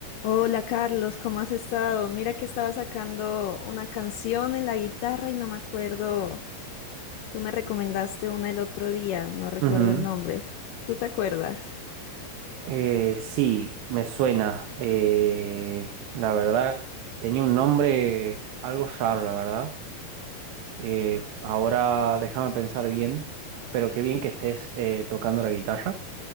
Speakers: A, on the left; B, on the right.
A: Hola Carlos, ¿cómo has estado? Mira que estaba sacando una canción en la guitarra y no me acuerdo. Tú me recomendaste una el otro día, no recuerdo
B: Ujú.
A: el nombre. ¿Tú te acuerdas?
B: Eh, sí, me suena. Eh, la verdad, tenía un nombre algo raro, la verdad. Eh, ahora déjame pensar bien, pero qué bien que estés eh, tocando la guitarra.